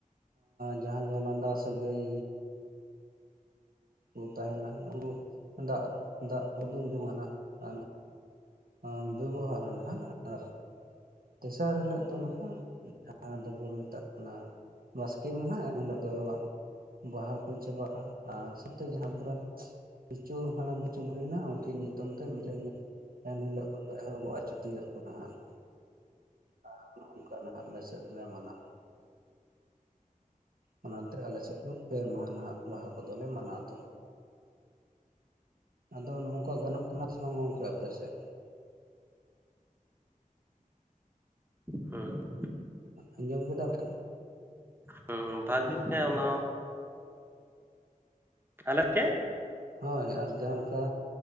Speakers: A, on the right (about 90°); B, on the right (about 15°).
A: ᱡᱟᱦᱟ ᱫᱚ ᱞᱟᱸᱫᱟ ᱥᱟᱹᱜᱟᱹᱭ ᱠᱚ ᱛᱟᱦᱮᱱᱟ ᱩᱱᱠᱩ ᱫᱟᱜ, ᱫᱟᱜ ᱠᱚ ᱫᱩᱞ ᱡᱚᱝᱟᱱᱟ ᱟ ᱟᱸᱵᱮᱵᱚᱦᱟᱨᱟ ᱱᱟᱦᱟᱜ ᱟᱨ ᱛᱮᱥᱟᱨ ᱦᱤᱞᱳᱜ ᱫᱚ ᱱᱟᱦᱟᱜ ᱡᱟᱦᱟᱸ ᱫᱚᱠᱚ ᱢᱮᱛᱟᱜ ᱠᱟᱱᱟ ᱵᱟᱥᱠᱮᱹ ᱢᱟᱦᱟᱸ ᱮᱱᱦᱤᱞᱳᱜ ᱫᱚ ᱵᱟᱦᱟ ᱠᱚ ᱪᱟᱵᱟᱜᱼᱟ ᱟᱨ ᱥᱚᱛᱮ ᱡᱟᱦᱟᱸ ᱠᱚᱨᱮ ᱯᱤᱞᱪᱩ ᱦᱟᱲᱟᱢ ᱯᱤᱪᱩ ᱵᱩᱲᱦᱤ ᱱᱟᱜ ᱩᱱᱠᱤᱱ ᱧᱩᱛᱩᱢ ᱛᱮ ᱢᱤᱫᱴᱮᱱ ᱮᱱ ᱦᱤᱞᱳᱜ ᱩᱱᱫᱚ ᱮᱦᱚᱵᱚᱜ ᱟ ᱪᱷᱟᱹᱴᱭᱟᱹᱨ ᱠᱚ ᱱᱟᱦᱟᱸᱜ ᱟᱸ ᱱᱚᱝᱠᱟ ᱱᱟᱦᱟᱜ ᱟᱞᱮ ᱥᱮᱫ ᱫᱚᱞᱮ ᱢᱟᱱᱟᱣ ᱾ ᱚᱱᱟᱛᱮ ᱟᱞᱮᱥᱮᱫ ᱫᱚ ᱯᱮ ᱢᱟᱦᱟᱸ ᱱᱟᱜ ᱵᱟᱦᱟ ᱠᱚᱫᱚᱞᱮ ᱢᱟᱱᱟᱣ ᱾ ᱟᱫᱚ, ᱟᱫᱚ ᱱᱚᱜᱼᱝᱠᱟ ᱜᱟᱱᱚᱜ ᱠᱟᱱᱟ ᱥᱮ ᱵᱟᱝ ᱜᱚᱝᱠᱮ ᱟᱯᱮ ᱥᱮᱫ?
B: ᱦᱩ <unintelligible>
A: ᱟᱸᱡᱚᱢ ᱠᱮᱫᱟ ᱵᱮᱱ?
B: ᱦᱩ, ᱵᱷᱟᱜᱮᱹ ᱜᱮ ᱚᱱᱟ-ᱚᱸ ᱾ ᱟᱞᱮ ᱪᱮ
A: ᱦᱳᱭ, ᱟᱨ ᱡᱟᱦᱟᱸ ᱞᱟᱠᱟ